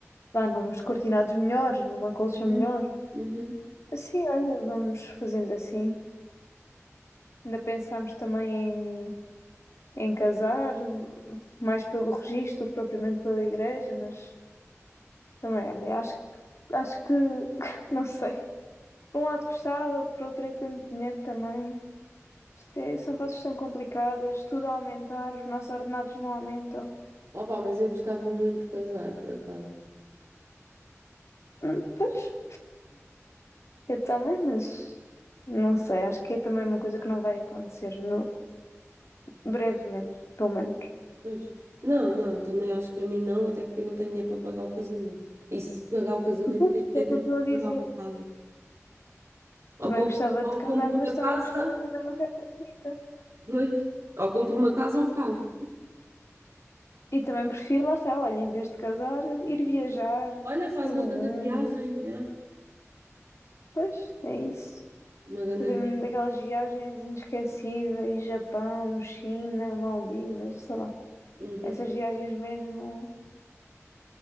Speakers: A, on the left (about 60°); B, on the right (about 60°).
A: lá nos cortinados melhores, numa colcha
B: Uhum.
A: melhor.
B: Uhum.
A: Assim, olha, vamos fazendo assim. Ainda pensámos também em em casar, mais pelo registro do que propriamente pela igreja, mas também, olha, acho, que- acho que, <laughs> não sei. Por um lado gostava, por outro é tanto dinheiro também. Isto é- são fases tão complicadas, tudo a aumentar, os nossos ordenados não aumentam.
B: Opá, mas eu gostava muito de casar, por acaso.
A: Hum, Pois, eu também, mas não sei, acho que é também uma coisa que não vai acontecer no, brevemente, pelo menos.
B: Pois. Não, não, também acho que a mim não, até porque eu não tenho dinheiro para pagar o casamento. E se pagar o casamento,
A: Pois,
B: tens de ter
A: é o
B: dinheiro
A: que eu estou a dizer.
B: para pagar uma casa.
A: Também
B: Ou, co-
A: gostava de
B: ou
A: casar,
B: compro
A: mas
B: uma
A: também
B: casa,
A: gostava de fazer uma festa bonita.
B: pois. Ou compro uma casa ou caso.
A: E também prefiro, lá está, olha, em vez de casar, ir viajar
B: Olha, faz
A: pelo
B: uma grande
A: mundo.
B: viagem, é?
A: Pois, é isso.
B: Uma grande
A: Fazer
B: viagem.
A: mesmo daquelas viagens inesquecíveis, Japão, China, Maldivas, sei lá.
B: Uhum.
A: Essas viagens mesmo